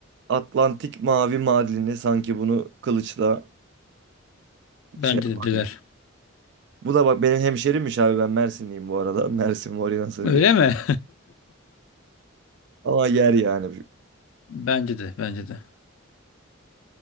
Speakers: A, on the right; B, on the left.
A: Atlantik mavi madalini sanki bunu kılıçla
B: Bence
A: şey yapar
B: de diler.
A: gibi. Bu da bak benim hemşerimmiş abi ben Mersinliyim bu arada. <laughs> Mersin Morina sarıyor.
B: Öyle mi?
A: Ama yer yani.
B: <laughs> Bence de, bence de.